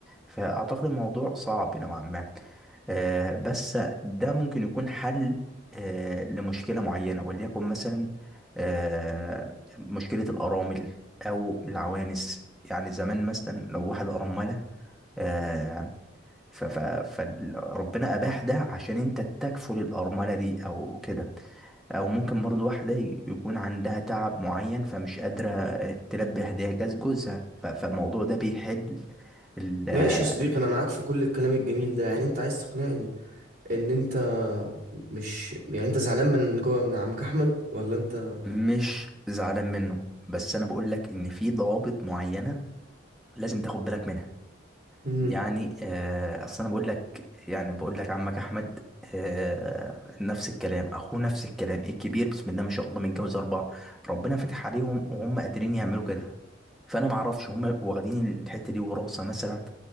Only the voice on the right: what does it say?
ماشي يا صديقي انا معاك في كل الكلام الجميل ده يعني انت عايز تقنعني ان انت مش يعني انت زعلان من جوه من عمك احمد ولا انت
مم.